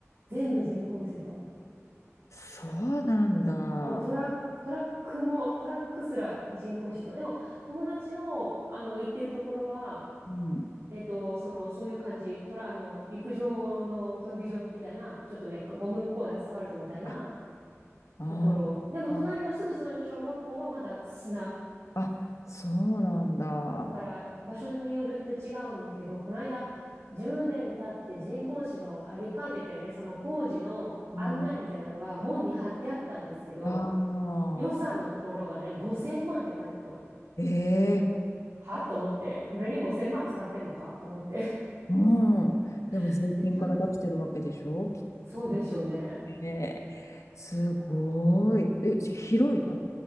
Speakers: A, on the right (about 65°); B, on the left (about 80°).
A: 全部人工芝。
B: そうなんだ。
A: もうトラック、トラックも、トラックすら人工芝。でも、友達の、あの、行ってるところは、
B: うん。
A: えっと、その、そういう感じ。トラ、あの、陸上の競技場みたいな、ちょっとね、ゴムっぽいアスファルトみたいな
B: ああ
A: ところ。でも、
B: ー、
A: 隣の、すぐ隣の小学校はまだ砂。
B: あ、そうなんだ。
A: だから場所によるって違うんだけど、この間10年経って人工芝を張り替えててね、その工事の案内みたいなのが門に貼ってあったんですけど、
B: うん、ああ、
A: 予算のところがね、5000万って書いてあったの。
B: ええ
A: はと思って、これに5000万使ってんのかと思って。
B: うん。でも税金から出してるわけでしょきっ
A: <laughs> え、ちょっと、そうでしょうね。
B: とね。すごい。え、し広いの